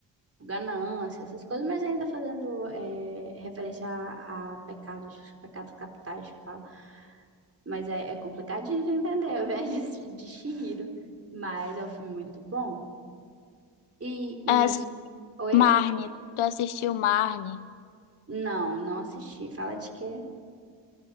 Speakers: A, on the right; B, on the left.
A: ganância, essas coisas, mas ainda fazendo é, referência a, a pecados, pecados capitais que fala. Mas é, é complicadinho de entender, ao invés de, de Chihiro. Mas é um filme muito bom. E, e...
B: As
A: Oi?
B: Marnie, tu assistiu Marnie?
A: Não, não assisti. Fala de quê?